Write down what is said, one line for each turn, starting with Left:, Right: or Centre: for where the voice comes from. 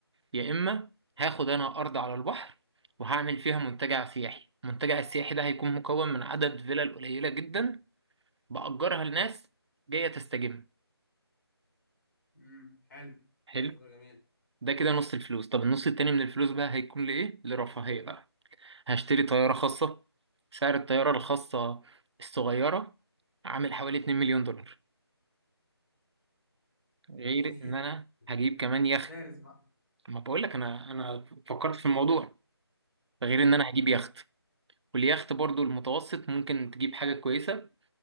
Right: يا اما هاخد انا ارض على البحر وهعمل فيها منتجع سياحي المنتجع السياحي ده هيكون مكون من عدد فيلل قليله جدا بأجرها لناس جايه تستجم
Left: امم حلو
Right: حلو
Left: حلو فكرة جميلة
Right: ده كده نص الفلوس طب النص التاني من الفلوس بقى هيكون لإيه لرفاهية بقى هشتري طيارة خاصة سعر الطيارة الخاصة الصغيرة عامل حوالي 2 مليون دولار غير
Left: جميل
Right: ان انا هجيب كمان يخت
Left: مدارس بقى
Right: ما بقول لك انا انا فكرت في الموضوع غير
Left: امم
Right: ان انا هجيب يخت واليخت برضو المتوسط ممكن تجيب حاجة كويسة